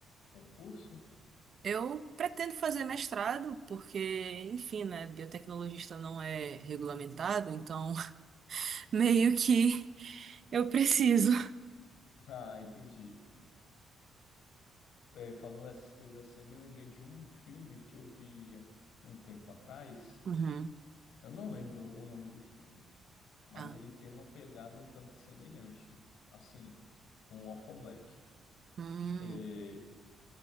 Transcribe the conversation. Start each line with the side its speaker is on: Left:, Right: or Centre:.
Left: concurso? <laughs>
Right: Eu pretendo fazer mestrado, porque, enfim, né, biotecnologista não é regulamentado, então <laughs> meio que eu preciso.
Left: Ah, entendi. É, é, falando essas coisas assim, eu me lembrei de um filme que eu vi um tempo atrás.
Right: Uhum.
Left: Eu não lembro o nome do filme, mas
Right: Ah.
Left: ele tem uma pegada um tanto semelhante, assim, com Orphan Black.
Right: Hum.
Left: É,